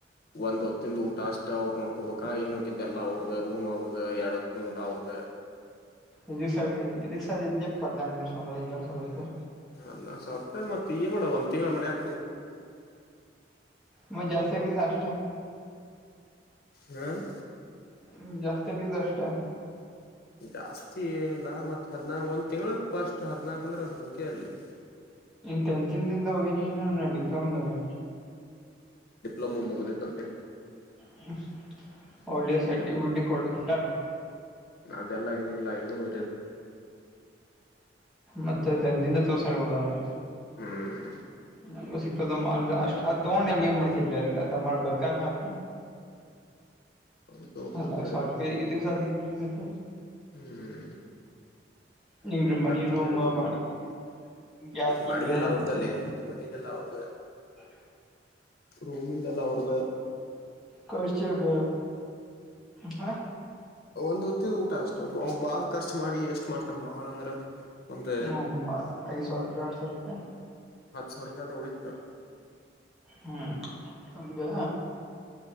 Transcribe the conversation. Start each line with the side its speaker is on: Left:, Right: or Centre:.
Left: ಒಂದ್ ಹೊತ್ತಿಂದ ಊಟ ಅಷ್ಟ ಅವರು ನೋಡ್ಕೋಬೇಕಾ ಇನ್ನುಕ್ಕಿದ್ದೆಲ್ಲ ಅವ್ರದ ರೂಮ್ ಅವ್ರದ ಎರಡ್ ಹೊತ್ತಿಂದ ಊಟ ಅವ್ರದ್ದ
Centre: ಇದು ಸದು ಸ <unintelligible> ಪಂಗ ಸರ ಇ ಸರ
Left: ಹ ಸಾವಿರ ರೂಪಾಯಿ ಮತ್ತ ಈಏ ಮಾಡ ಒಂದ್ ತಿಂಗಳ ಮನೆಗೆ
Centre: ಮ ಜಾಸ್ ಜಷ್ಟ
Left: ಹ್ಮ್
Centre: ಹ್ಮ್ ಜಾಸ್ತ <unintelligible> ಕತ್ತು ಅಷ್ಟ
Left: ಜಾಸ್ತಿ ಏನಿಲ್ಲ ಮತ್ ಹದ್ನ ಒಂದ್ ತಿಂಗಳು ಫಸ್ಟ್ ಹದ್ ನಾಕ್ ಅಂದ್ರ ಹಸು ಕಲ್ <inaudible>
Centre: ಇನ್ ಟೆಂತ್ <unintelligible> ದ ಹೇ ಇ ಡಿಪ್ಲೋಮಿೇ
Left: ಲಮ್ಮ ಮುಗದ ಅಂತೆ
Centre: <unintelligible> ಳಿಯ ಸೈ ಬ್ಯುಟಿ ಕಡ ಕುುಟಾರೆ
Left: ಅದೆಲ್ಲ ಇನ್ನೂ ಇಲ್ಲ ಇನ್ನ ಉ
Centre: ಮತ್ತೆ ದಿಂದ ತೋರ್ಸ ಹಬೋದ ಅವನ್ನೆ
Left: ಹ್ಮ್
Centre: ನಗೂ ಸಿ ಅಷ್ಟ್ ಆ ತೋೊಂಡಲ್ಲಿ ಮಾಡ್ತಿದ್ರ ಅ ಬರ್ಕಕ್ ಅ
Left: ಅದು ಹೋದ್ರೆ
Centre: ಅದಾ ಶರ್ ಇದು ನಿಗತ್ತ
Left: ಹ್ಮ್
Centre: ನಿಂಗೆ ಮನಿ
Left: ಖರ್ಚಿಗೆರ್
Centre: ರೂಮ್ ಬಾಡಿಗೆ ಗ್ಯಾಸಿಂದ
Left: ಬಾಡಿಗೆಲ್ಲ ಅವ್ರ್ದಲ್ಲೇ ಮನದೆಲ್ಲ ಅವ್ರ್ದ
Centre: ಹ
Left: ರೂಮಿಂದ ಎಲ್ಲ ಅವ್ರ್ದ
Centre: ಕಚ ಅಗ ಹ
Left: ಒಂದ್ ಹೊತ್ತಿದ ಊಟ ಅಷ್ಟು ಬಾಳ್ ಖರ್ಚಚ್ ಮಾಡಿ ಎಷ್ಟ್ ಮಾಡ್ತನ್ ಬಾಳ ಅಂದ್ರ ಒಂದ್
Centre: ಹ್ಮ ಅಐ ಸಾವ ರೂಪೆ ಆ ಸಾವ ರೂಪೆ
Left: ಸರ್ಕಾರ ಳಿತತ
Centre: ಹ್ಮ್ಂಗ